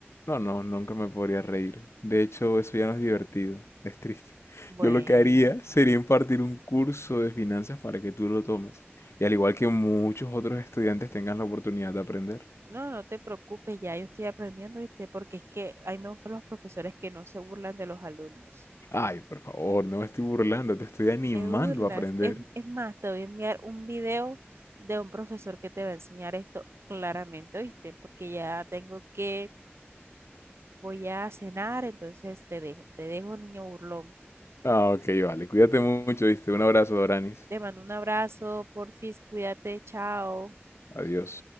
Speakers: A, on the left; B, on the right.
A: No, no, nunca me podría reír. De hecho, eso ya no es divertido. Es triste.
B: Bueno,
A: Yo lo que haría sería impartir un curso de finanzas para que tú lo tomes. Y al igual que muchos otros estudiantes tengan la oportunidad de aprender.
B: no, no te preocupes, ya yo estoy aprendiendo, ¿viste? Porque es que a mí me gustan los profesores que no se burlan de los alumnos.
A: Ay, por favor, no me estoy burlando, te estoy animando
B: Te burlas.
A: a aprender.
B: Es, es más, te voy a enviar un video de un profesor que te va a enseñar esto claramente, ¿oíste? Porque ya tengo que, voy a cenar, entonces te dejo, te dejo, niño burlón.
A: Ah, ok, vale. Cuídate mucho, ¿viste? Un abrazo, Doranis.
B: Te mando un abrazo, porfis, cuídate, chao.
A: Adiós.